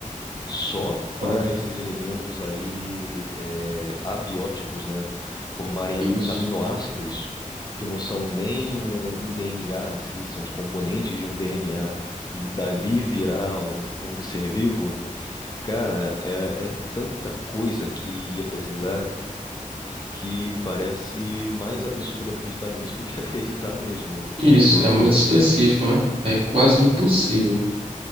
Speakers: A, on the left; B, on the right.
A: só
B: Ah,
A: para esses elementos aí é, abióticos, né, formarem
B: Isso.
A: os aminoácidos, que não são nem um, um DNA em si, são os componentes de um DNA, e dali virar um, um ser vivo, cara, é, é tanta coisa que ia precisar que parece mais absurdo acreditar nisso do que <laughs> acreditar mesmo
B: Isso,
A: no
B: é muito
A: criacionismo.
B: específico, né? É quase impossível.